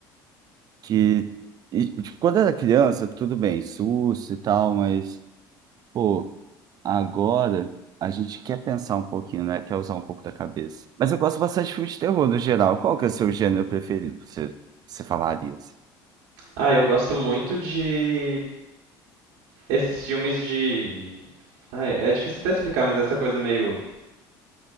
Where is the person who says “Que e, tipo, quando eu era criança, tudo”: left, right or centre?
Right